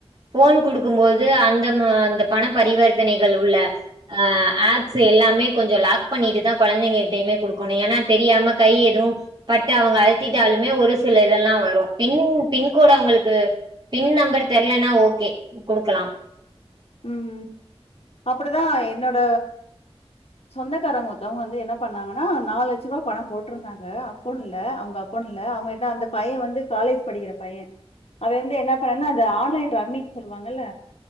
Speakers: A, on the right (about 45°); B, on the left (about 70°).
A: போன் குடுக்கும் போது அந்த ம அந்த பண பரிவர்த்தனைகள் உள்ள அஹ் ஆப் சு எல்லாமே கொஞ்சம் லாக் பண்ணிட்டுதா கொலந்தைங்ககிட்டயுமே குடுக்கணும் ஏன்னா தெரியாம கை எதுவும் பட்டு அவங்க அழுத்திட்டாலுமே ஒரு சில இதெல்லாம் வரும் பின் பின்கோடு அவங்களுக்கு பின் நம்பர் தெரலன்னா ஓகே குடுக்கலாம்
B: உஹம் அப்டிதா என்னோட சொந்தக்காரங்க ஒருத்தவங்க வந்து என்ன பண்ணாங்கன்னா நாலு லட்சம் ரூபா பணம் போட்டிருந்தாங்க அக்கௌண்ட்ல அவங்க அக்கௌண்ட்ல அவங்க என்ன அந்த பையன் வந்து காலேஜ் படிக்கிற பையன் அவை வந்து என்ன பண்ணனா அந்த ஆன்லைன் ரம்மினு சொல்லுவாங்கல்ல